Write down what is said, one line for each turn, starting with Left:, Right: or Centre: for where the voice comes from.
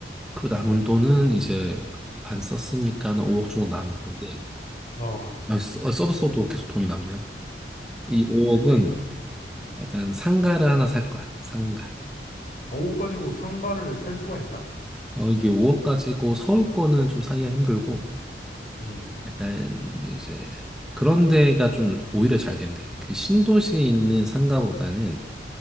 Centre: 그리고 남은 돈은 이제 반 썼으니까 한 5억 정도 남을 텐데
Left: 아,
Centre: 아, 써- 어, 써도 써도 계속 돈이 남네. 이 5억은
Left: 그러니까
Centre: 약간 상가를 하나 살 거야. 상가.
Left: 아, 옷 가지고 상가를 살 수가 있나?
Centre: 어, 이게 5억 가지고 서울 거는 좀 사기가 힘들고
Left: 음,
Centre: 약간 이제 그런 데가 좀 오히려 잘 된대. 그 신도시에 있는 상가보다는